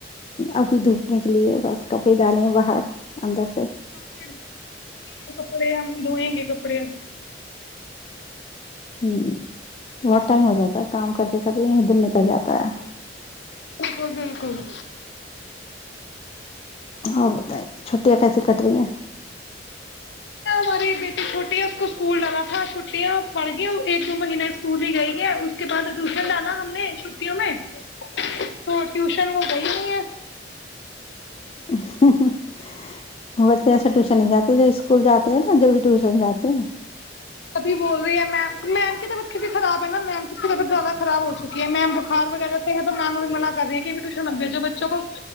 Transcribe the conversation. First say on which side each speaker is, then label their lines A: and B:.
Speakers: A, on the left; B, on the left.
A: ابھی دھوپنے کے لیے بس کپڑے ڈالیں باہر اندر سے
B: ہم کپڑے ہم دھوئیں گے کپڑے
A: ہممم بہت ٹائم ہو جاتا ہے کام کرتے کرتے یہیں دن نکل جاتا ہے
B: بالکل بالکل
A: اور بتائی چھٹیاں کیسی کٹ رہی ہیں
B: ہماری بیٹی چھوٹی ہے اس کو اسکول ڈالا تھا چھٹیاں پڑ گئی ایک دو مہینے اسکول ہی گئی ہے اس کے بعد ٹیوشن ڈالا ہم نے چھٹیوں میں تو ٹیوشن وہ گئی نہیں ہے
A: ہمہمہہم بتائے ایسے ٹیوشن نہیں جاتے جو اسکول جاتے نا جواب بھی ٹیوشن جاتے ہیں
B: ابھی بول رہی ہے میم میم کی طبیعت کبھی خراب ہے نا میم کی طبیعت زیادہ خراب ہو چکی ہے میم بخار وغیرہ سے ہے تو میم بھی منع کر رہی کہ ٹیوشن من بھیجو بچوں کو